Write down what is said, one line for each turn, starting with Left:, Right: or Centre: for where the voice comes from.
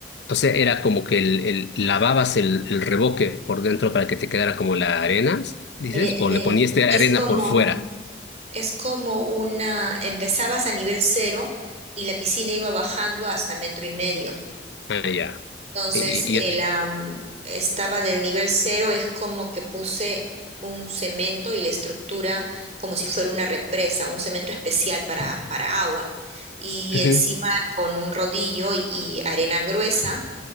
Left: O sea, era como que el, el- lavabas el, el revoque por dentro para que te quedara como la arena, dices,
Right: Eh,
Left: o
Right: de-
Left: le ponías de
Right: es
Left: arena
Right: como,
Left: por fuera.
Right: es como una, empezabas a nivel cero y la piscina iba bajando hasta metro y medio.
Left: Ah, ya.
Right: Entonces,
Left: Y, y-
Right: eh,
Left: y-
Right: la, mm, estaba del nivel cero, es como que puse un cemento y la estructura como si fuera una represa, un cemento especial para, para agua. Y
Left: Ujú,
Right: encima con un rodillo y y arena gruesa